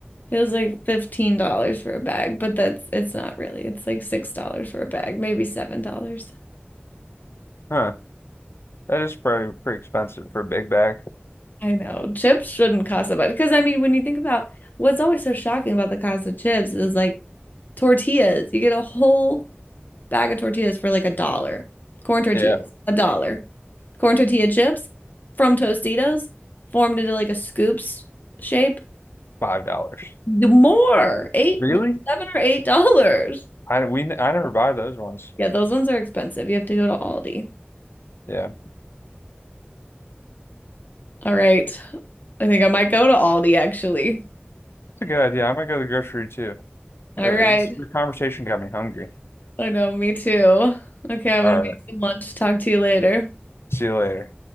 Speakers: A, on the left (about 50°); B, on the left (about 75°).
A: It was like $15 for a bag, but that's it's not really. It's like $6 for a bag, maybe $7.
B: Huh, that is probably pretty expensive for a big bag.
A: I know chips shouldn't cost that much because I mean, when you think about what's always so shocking about the cost of chips is like tortillas. You get a whole bag of tortillas for like a dollar. Corn tortillas,
B: Yeah,
A: a dollar. Corn tortilla chips from Tostitos formed into like a scoops shape.
B: five dollars.
A: The More, eight,
B: Really?
A: like seven or eight dollars.
B: I we I never buy those ones.
A: Yeah, those ones are expensive. You have to go to Aldi.
B: Yeah,
A: All right. I think I might go to Aldi actually.
B: that's a good idea. I'm gonna go to the grocery too.
A: All
B: It,
A: right.
B: it's, the conversation got me hungry.
A: I know, me too. Okay, I'm
B: All
A: gonna
B: right,
A: make some lunch. Talk to you later.
B: see you later.